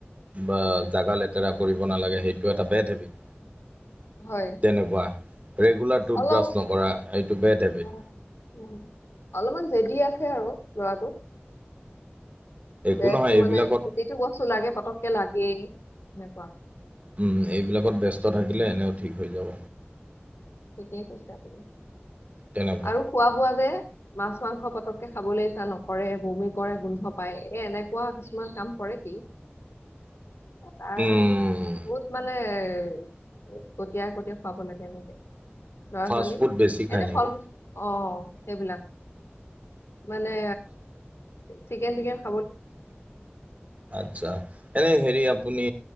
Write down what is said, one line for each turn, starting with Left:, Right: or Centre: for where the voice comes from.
Right: বা জাগা লেতেৰা কৰিব নালাগে সেইটো এটা বেড হেবিট।
Left: হয়।
Right: তেনেকুৱা ৰেগুলাৰ টুথব্ৰাছ
Left: অলপ
Right: কৰা এইটো বেড হেবিট।
Left: উম, উম, অলপমান জেদি আছে আৰু লৰাটো।
Right: একো
Left: যে
Right: নহয়
Left: তো
Right: এইবিলাকত
Left: মানে যিটো বস্তু লাগে পতককে লাগেই সেনেকুৱা
Right: উম এইবিলাকত ব্যস্ত থাকিলে এনেও ঠিক হৈ যাব।
Left: থিকেই কয়চে আপোনি
Right: তেনেকুৱা।
Left: আৰু খোৱা বোৱা যে মাছ মাংস প পতককে খাবলৈ ইচ্ছা নকৰে বমি কৰে গোন্ধ পায় এ এনেকুৱা কিছুমান কাম কৰে সি তাৰ
Right: উম,
Left: বহুত মানে কটিয়াই কটীয়া পাব লাগে এনেকে লৰা
Right: ফাষ্ট
Left: ছোৱালী
Right: ফুড বেছি খায়
Left: এনে
Right: নেকি?
Left: ফল অ সেইবিলাক মানে চিকেন চিকেন
Right: আত্ছা এনেই হেৰি আ আপুনি